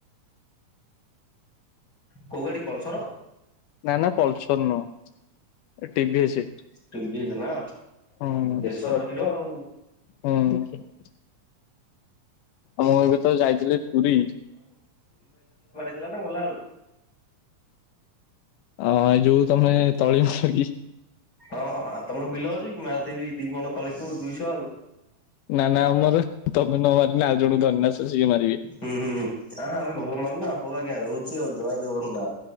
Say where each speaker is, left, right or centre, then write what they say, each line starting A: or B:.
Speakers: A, on the left (about 30°); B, on the left (about 85°).
A: କୋଉ ଗାଡି ପଲସର?
B: ନା ନା ପଲସର ନୁହଁ? ଟି ଭି ଏସ
A: ଟିଭିଏସ୍ ନା
B: ହଁ।
A: ଦେଶର ହିରୋ ଆଉ
B: ହଁ। ଆଉ ମୁଁ ଏବେ ତ ଯାଇଥିଲି ପୁରୀ
A: ଆଇଲାବେଳକୁ ନା ଗଲାବେଳକୁ।
B: ଅହ ଯୋଉ ତମେ ତଳି ମାର କି?
A: ହଁ ହଁଉ ତମର ବିଲ ଅଛି କି ମାରିଦେବି ଦି କଣ ତଳକୁ ଦୁଇଶହ ଆଉ
B: ନା ନା ଆମର ତମେ ନ ମାରିଲେ ଆଉ ଜଣଙ୍କୁ ଧରିନେ ଆସ ସିଏ ମାରିବେ।
A: ହୁଁ ହୁଁ। ଆଁ ଆମେ ଭଲ ମାରୁନା ହଉ ଆଜ୍ଞା ରହୁଛି ଆଉ ଜୟ ଜଗନ୍ନାଥ।